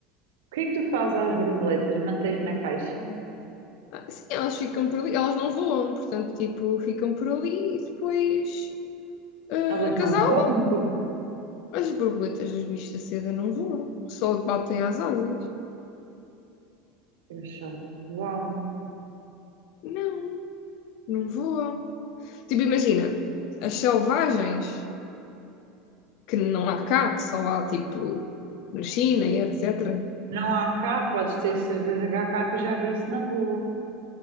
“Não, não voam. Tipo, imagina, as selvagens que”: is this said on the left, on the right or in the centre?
Left